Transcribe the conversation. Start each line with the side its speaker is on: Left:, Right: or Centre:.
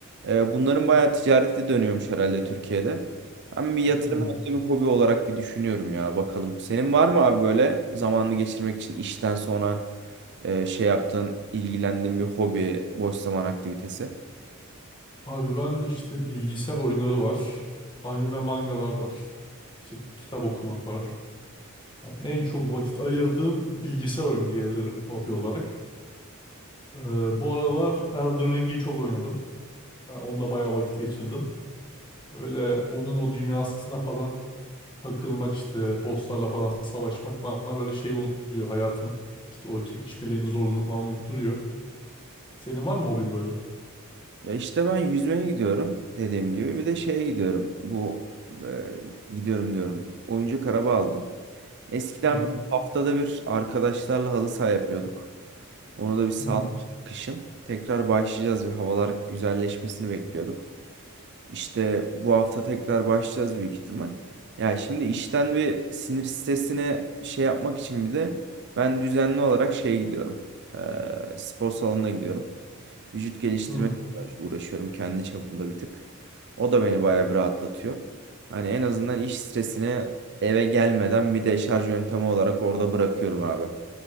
Right: Ee, bunların bayağı ticareti dönüyormuş herhalde Türkiye'de. Ben bir yatırım
Left: Hı.
Right: hem de bir hobi olarak bir düşünüyorum ya bakalım. Senin var mı abi böyle zamanını geçirmek için işten sonra e, şey yaptığın, ilgilendiğin bir hobi, boş zaman aktivitesi?
Left: Abi ben işte bilgisayar oyunları var. Anime mangalar var. İşte kitap okumak var. Yani en çok vakit ayırdığım bilgisayar oyunu diyebilirim hobi olarak. Ee, bu aralar Elden Ring'i çok oynadım. Yani onda bayağı vakit geçirdim. Böyle onun o dünyasına falan takılmak işte bosslarla falan savaşmak bana böyle şey unutturuyor. Hayatın işte o çekişmelerini zorluğunu falan unutturuyor. Senin var mı hobin böyle?
Right: Ya işte ben yüzmeye gidiyorum dediğim gibi. Bir de şeye gidiyorum. Bu e, gidiyorum diyorum. Oyuncak araba aldım. Eskiden
Left: Hı hı.
Right: haftada bir arkadaşlarla halı saha yapıyorduk. Onu da bir salmıştık
Left: Hı hı.
Right: kışın. Tekrar başlayacağız ve havalar güzelleşmesini bekliyorduk. İşte bu hafta tekrar başlayacağız büyük ihtimal. Ya şimdi işten ve sinir stresine şey yapmak için bir de ben düzenli olarak şeye gidiyorum. Ee, spor salonuna gidiyorum. Vücut geliştirme
Left: Hı.
Right: uğraşıyorum kendi çapımda bir tık. O da beni bayağı bir rahatlatıyor. Hani en azından iş stresini eve gelmeden bir de şarj yöntemi olarak orada bırakıyorum abi.